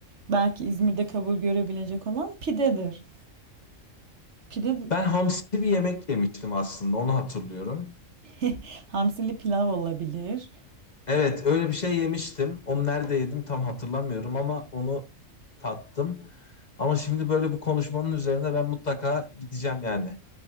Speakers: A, on the right (about 60°); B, on the left (about 40°).
A: belki İzmir'de kabul görebilecek olan pidedir. Pide
B: ben hamsi bir yemek yemiştim aslında onu hatırlıyorum.
A: <laughs> hamsili pilav olabilir.
B: Evet öyle bir şey yemiştim. Onu nerede yedim tam hatırlamıyorum ama onu tattım. Ama şimdi böyle bu konuşmanın üzerine ben mutlaka gideceğim yani.